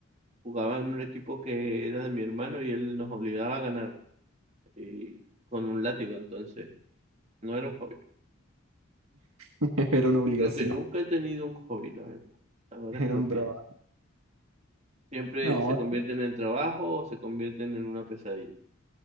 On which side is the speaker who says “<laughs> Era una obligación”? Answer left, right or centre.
Right